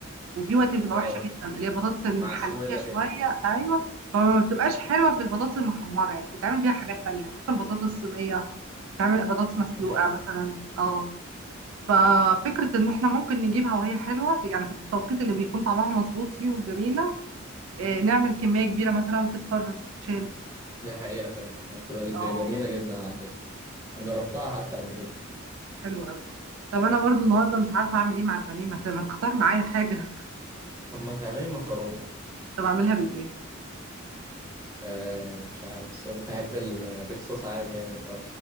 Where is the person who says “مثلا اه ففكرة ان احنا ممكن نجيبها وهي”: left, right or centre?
Right